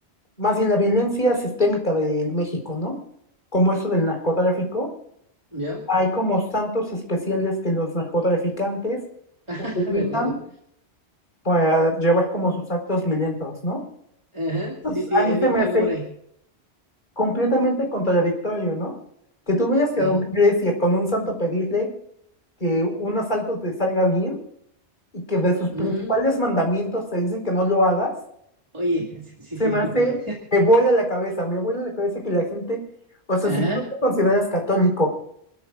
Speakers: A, on the left (about 45°); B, on the right (about 25°).
A: más bien la violencia sistémica del México, ¿no? Como eso del narcotráfico.
B: ¿Ya?
A: Hay como santos especiales que los narcotraficantes
B: <laughs>
A: utilizan
B: ¿Verdad? po?
A: para llevar como sus actos violentos, ¿no?
B: Ajá,
A: Pues,
B: sí, sí,
A: a mí
B: he
A: se
B: visto
A: me hace
B: algo por ahí.
A: completamente contradictorio, ¿no? Que tú vayas
B: Sí.
A: a una iglesia con un santo a pedirle que un asalto te salga bien y que de sus principales
B: Ujú.
A: mandamientos se dicen que no lo hagas,
B: Oye, sí,
A: se
B: sí,
A: me
B: discúlpame.
A: hace, me vuela la cabeza, me vuela la cabeza que la gente, o sea,
B: Ajá.
A: si tú te consideras católico